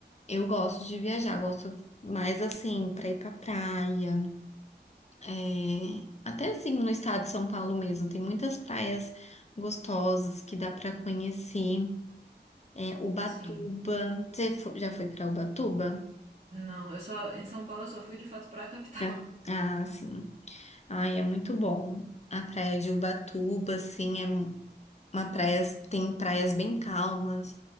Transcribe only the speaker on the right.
Sim.
Não, eu só em São Paulo eu só fui de fato pra capital.
<laughs>